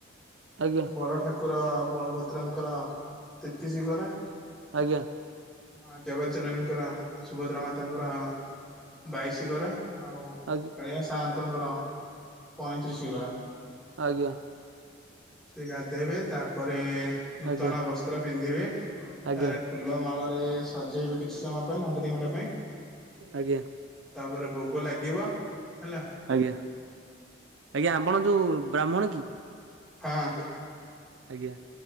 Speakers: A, on the right (about 75°); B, in the centre.
A: ଆଜ୍ଞା
B: ବଡ ଠାକୁର ବଳଭଦ୍ରଙ୍କର, ତେତିସି ଗରା।
A: ଆଜ୍ଞା।
B: ମା ଜଗତ ଜନନିଙ୍କର, ସୁଭଦ୍ରା ମାତାଙ୍କର, ବାଇଶି ଗରା। ଆଉ
A: ଆଜ୍ଞା
B: କାଳିଆ ସାହାନ୍ତଙ୍କର, ପଇଁତିରିଶ ଗରା
A: ଆଜ୍ଞା।
B: ସେ ଗାଧୋଇବେ, ତାପରେ ନୂତନ
A: ଆଜ୍ଞା।
B: ବସ୍ତ୍ର ପିନ୍ଧିବେ।
A: ଆଜ୍ଞା
B: ତାରେ ଫୁଲ ମାଳ ରେ ସଜେଇବେ, କିଛି ସମୟ ପାଇଁ। ଘଣ୍ଟେ ଦି ଘଣ୍ଟା ପାଇଁ।
A: ଆଜ୍ଞା,
B: ତାପରେ ଭୋଗ ଲାଗିବ ହେଲା
A: ଆଜ୍ଞା। ଆଜ୍ଞା, ଆପଣ ଯୋଉ ବ୍ରାହ୍ମଣ କି?
B: ହଁ।
A: ଆଜ୍ଞା।